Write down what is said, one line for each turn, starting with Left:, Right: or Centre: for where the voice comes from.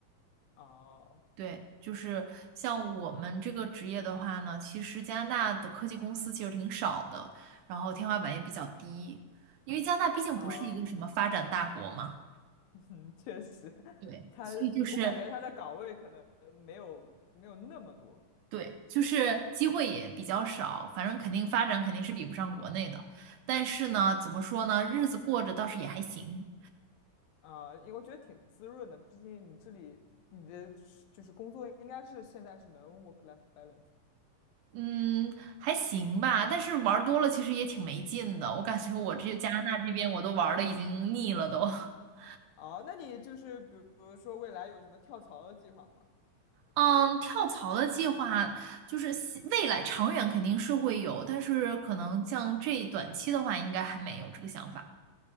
Left: 哦
Right: 对，就是像我们这个职业的话呢，其实加拿大的科技公司其实挺少的，然后天花板也比较低，因为加拿大毕竟不是一个什么发展大国嘛，
Left: 哦，<laughs> 确实，
Right: 对，
Left: 他我感觉他的岗位可能没有没有那么多。
Right: 所以就是对，就是机会也比较少，反正肯定发展肯定是比不上国内的，但是呢，怎么说呢，日子过着倒是也还行，
Left: 啊，因为我觉得挺滋润的，毕竟你这里你的是就是工作应该是现在是能 work-life balance。
Right: 嗯，还行吧，但是玩儿多了其实也挺没劲的，我感觉我这加拿大这边我都玩儿的已经腻了都。<laughs>
Left: 哦，那你就是比如说未来有什么跳槽的计划吗？
Right: 嗯，跳槽的计划就是希未来长远肯定是会有，但是可能像这短期的话，应该还没有这个想法。